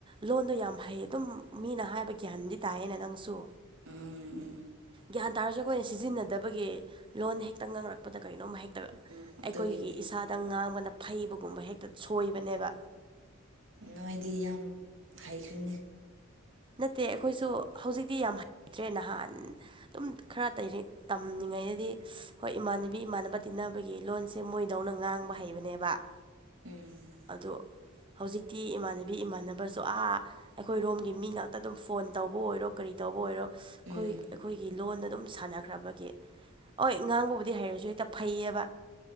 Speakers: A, on the right; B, on the right.
A: ꯂꯣꯟꯗꯣ ꯌꯥꯝ ꯍꯩ ꯑꯗꯨꯝ ꯃꯤꯅ ꯍꯥꯏꯕ ꯒ꯭ꯌꯥꯟꯗꯤ ꯇꯥꯏꯌꯦꯅꯦ ꯅꯪꯁꯨ
B: ꯎꯝ ꯎꯝ
A: ꯒ꯭ꯌꯥꯟ ꯇꯥꯔꯁꯨ ꯑꯩꯈꯣꯏꯅ ꯁꯤꯖꯤꯟꯅꯗꯕꯒꯤ ꯂꯣꯟ ꯍꯦꯛꯇ ꯉꯥꯡꯔꯛꯄꯗ ꯀꯔꯤꯅꯣꯝꯃ ꯍꯦꯛ ꯅ
B: ꯎꯝ
A: ꯑꯩꯈꯣꯏꯒꯤ
B: ꯑꯗꯨꯒꯤꯅꯦ
A: ꯏꯁꯥꯗ ꯉꯥꯡꯕꯅ ꯐꯩꯕꯒꯨꯝꯕ ꯍꯦꯛꯇ ꯁꯣꯏꯕꯅꯦꯕ
B: ꯅꯣꯏꯗꯤ ꯌꯥꯝ ꯍꯩꯈ꯭ꯔꯦꯅꯦ
A: ꯅꯠꯇꯦ ꯑꯩꯈꯣꯏꯁꯨ ꯍꯧꯖꯤꯛꯇꯤ ꯌꯥꯝ ꯍꯩꯇ꯭ꯔꯦ ꯅꯍꯥꯟ ꯑꯗꯨꯝ ꯈꯔ ꯇꯩ ꯇꯝꯂꯤꯉꯩꯗꯗꯤ ꯍꯣꯏ ꯏꯃꯥꯟꯅꯕꯤ ꯏꯃꯥꯟꯅꯕ ꯇꯤꯟꯅꯕꯒꯤ ꯂꯣꯟꯁꯦ ꯃꯣꯏꯗꯧꯅ ꯉꯥꯡꯕ ꯍꯩꯕꯅꯦꯕ <unintelligible>
B: ꯎꯝ
A: ꯑꯗꯣ ꯍꯧꯖꯤꯛꯇꯤ ꯏꯃꯥꯟꯅꯕꯤ ꯏꯃꯥꯟꯅꯕꯁꯨ ꯑꯥ ꯑꯩꯈꯣꯏꯔꯣꯝꯒꯤ ꯃꯤꯅ ꯇꯗꯨꯝ ꯐꯣꯟ ꯇꯧꯕ ꯑꯣꯏꯔꯣ ꯀꯔꯤ ꯇꯧꯕ ꯑꯣꯏꯔꯣ ꯑꯩꯈꯣꯏ
B: ꯎꯝ
A: ꯑꯩꯈꯣꯏꯒꯤ ꯂꯣꯟꯗꯥ ꯑꯗꯨꯝ ꯁꯥꯅꯈ꯭ꯔꯕꯒꯤ ꯍ ꯉꯥꯡꯕꯕꯨꯗꯤ ꯍꯩꯔꯁꯨ ꯍꯦꯛꯇ ꯐꯩꯌꯦꯕ